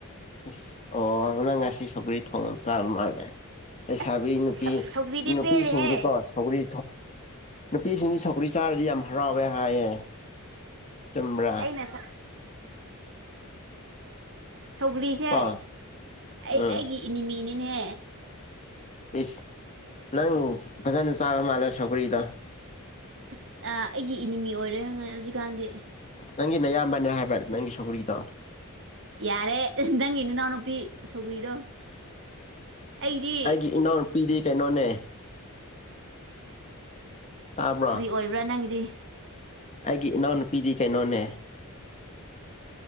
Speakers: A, on the left; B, on the right.
A: ꯏꯁ ꯑꯣ ꯅꯪ ꯉꯁꯤ ꯁꯄꯔꯤ ꯊꯣꯡꯕ ꯆꯥꯕ ꯃꯥꯜꯂꯦ ꯂꯩꯁꯥꯕꯤ
B: ꯑꯁ
A: ꯅꯨꯄꯤ
B: ꯁꯧ ꯁꯧꯒ꯭ꯔꯤꯗꯤ
A: ꯅꯨꯄꯤꯁꯤꯡꯗꯤꯀꯣ
B: ꯄꯦꯜꯂꯤꯍꯦ
A: ꯁꯧꯀ꯭ꯔꯤ ꯅꯨꯄꯤꯁꯤꯡꯗꯤ ꯁꯧꯀ꯭ꯔꯤ ꯆꯥꯔꯗꯤ ꯌꯥꯝ ꯍꯔꯥꯎꯋꯦ ꯍꯥꯏꯌꯦ ꯆꯨꯝ꯭ꯔꯥ
B: ꯑꯩꯅ ꯁ ꯁꯧꯒ꯭ꯔꯤꯁꯦ
A: ꯀꯣ
B: ꯑꯩ
A: ꯎꯝ
B: ꯑꯩꯒꯤ ꯏꯅꯤꯃꯤꯅꯤꯅꯦ
A: ꯄ ꯅꯪꯕꯨ ꯐꯖꯅ ꯆꯥꯕ ꯃꯥꯜꯂꯦ ꯁꯧꯀꯔꯤꯗꯣ
B: ꯑꯁ ꯑꯩꯒꯤ ꯏꯅꯤꯃꯤ ꯑꯣꯏꯔꯦꯉꯥꯏ ꯍꯧꯖꯤꯛꯀꯥꯟꯗꯤ
A: ꯅꯪꯒꯤ ꯅꯌꯥꯝꯕꯅꯦ ꯍꯥꯏꯕ ꯅꯪꯒꯤ ꯁꯧꯒ꯭ꯔꯤꯗꯣ
B: ꯌꯥꯔꯦ ꯅꯪꯒꯤ ꯏꯅꯥꯎꯅꯨꯄꯤ ꯁꯧꯒ꯭ꯔꯤꯗꯣ ꯑꯩꯗꯤ
A: ꯑꯩꯒꯤ ꯏꯅꯥꯎꯅꯨꯄꯤꯗꯤ ꯀꯩꯅꯣꯅꯦ ꯇꯥꯕ꯭ꯔꯣ
B: ꯀꯔꯤ ꯑꯣꯏꯕ꯭ꯔꯥ ꯅꯪꯒꯤꯗꯤ
A: ꯑꯩꯒꯤ ꯏꯅꯥꯎꯅꯨꯄꯤꯗꯤ ꯀꯩꯅꯣꯅꯦ